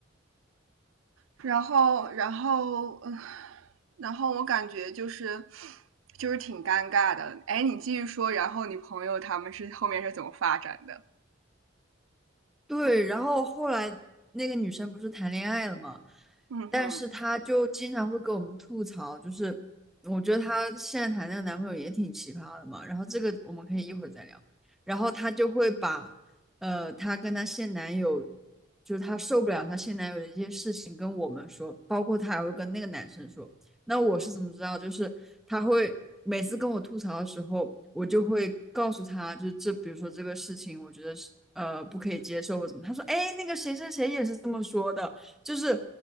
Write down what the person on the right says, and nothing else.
然后然后嗯、呃然后我感觉就是就是挺尴尬的。哎，你继续说，然后你朋友他们是后面是怎么发展的？
嗯哼。